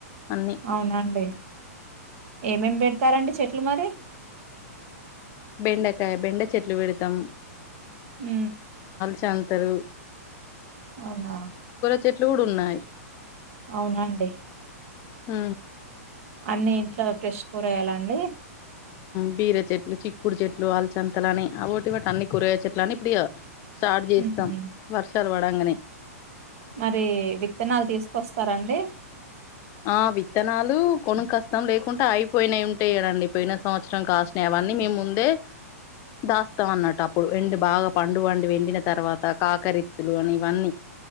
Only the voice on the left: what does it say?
అన్నీ
బెండకాయ బెండ చెట్లు పెడతం.
చాంతరు.
చెట్లు కూడా ఉన్నాయి.
ఆ
బీర చెట్లు, చిక్కుడు చెట్లు, అలచంతలని అవోటి ఇవోటి అన్ని కూరగాయ చెట్లు అన్ని ఇప్పుడు ఇగ స్టార్ట్ చేస్తాం
వర్షాలు పడంగనే.
ఆ విత్తనాలు కొనుకస్తం లేకుంటే అయిపోయినయి ఉంటయి కదండి. పోయిన సంవత్సరం కాసినయి అవన్నీ మేము ముందే దాస్తాం అన్నట్టు. అప్పుడు ఎండి బాగా పండు పండి ఎండిన తర్వాత కాకరిత్తులు అని ఇవన్నీ.